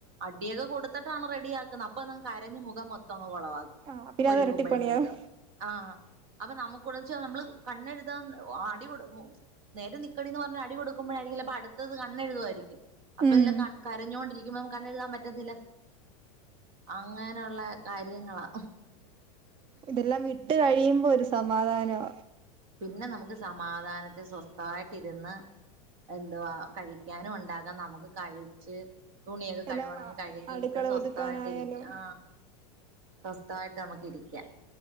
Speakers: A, on the right (about 60°); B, on the right (about 30°).
A: അടിയൊക്കെ കൊടുത്തിട്ടാണ് റെഡിയ ആക്കുന്നത് ഇപ്പൊ ന കരഞ്ഞമുഖം മൊത്തങ്ങ കുളവാക്കും
B: ആഹ് പിന്നെ
A: ഒരുക്കുമ്പോഴത്തേക്ക്
B: അത് ഇരട്ടിപ്പണിയാവും
A: ആ അപ്പൊ നമുക്ക് <unintelligible> നമ്മള് കണ്ണെഴുതാ അടി കൊടുക്കും നേരെ നിക്കടിന്ന് പറഞ്ഞ അടി കൊടുക്കുമ്പോഴരിക്കും <unintelligible> അടു ത് കണ്ണെഴുതുയിരിക്കും അപ്പൊ
B: ഉം
A: ഇതില ക കരഞ്ഞൊണ്ടിരിക്കുമ്പോ നു കണ്ണെഴുതാൻ പറ്റത്തില്ല. അങ്ങനെയുള്ള കാര്യങ്ങളാ
B: ഇതെല്ലാം വിട്ട് കഴിയുമ്പോ ഒരു സമാധാനമ
A: പിന്നെ നമുക്ക് സമാധാനത്തിൽ സ്വസ്ഥമായിട്ടരുന്ന്. എന്തുവാ കഴിക്കാനും ഉണ്ടാകാം നമുക്ക് കഴിച്ച് തുണിയൊക്കെ കഴുകണമെങ്കിൽ
B: എല്ലാം
A: കഴുകിയിട്ട്
B: അടുക്കള
A: സ്വസ്ഥമായിട്ട്
B: ഒതുക്കാനായാലും
A: ഇരിക്കുക ആ സ് സ്ഥയിട്ട് നമുക്ക് ഇരിക്കാം.